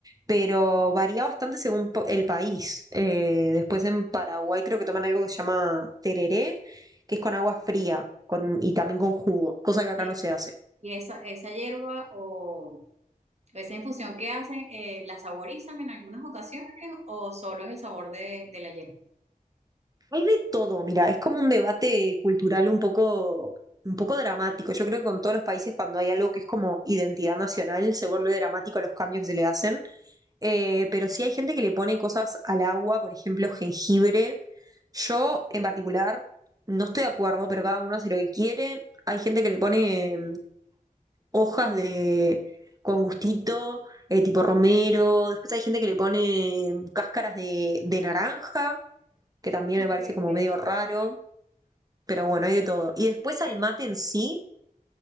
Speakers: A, on the right; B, on the right.
A: pero varía bastante según po- el país. Eh, después en Paraguay creo que toman algo que se llama tereré, que es con agua fría con, y también con jugo, cosa que acá
B: Y-
A: no se hace.
B: Y esa, esa hierba o esa infusión que hacen, eh, ¿la saborizan en algunas ocasiones o solo es el sabor de, de la hierba?
A: Hay de todo, mira, es como un debate cultural un poco, un poco dramático. Yo creo que con todos los países cuando hay algo que es como identidad nacional se vuelve dramático los cambios que se le hacen. Eh, pero sí hay gente que le pone cosas al agua, por ejemplo, jengibre. Yo en particular no estoy de acuerdo, pero cada uno hace lo que quiere. Hay gente que le pone mm, hojas de con gustito, eh, tipo romero. Después hay gente que le pone mm, cáscaras de de naranja que también me
B: Ok,
A: parece como
B: ok.
A: medio raro pero bueno, hay de todo. Y después al
B: Bueno,
A: mate en sí,